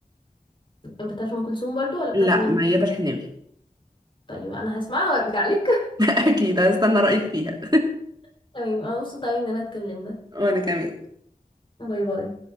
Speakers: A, on the left; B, on the right.
A: بتاعت ام كلثوم برضو ولا بتاعت
B: لا
A: مين
B: ميادة الحناوي
A: طيب انا هسمعها وارجع لك
B: <laughs> اكيد هستنى رايك فيها
A: <laughs> تمام انا مبسوطة أوي ان انا اتكلمنا
B: وانا كمان
A: باي باي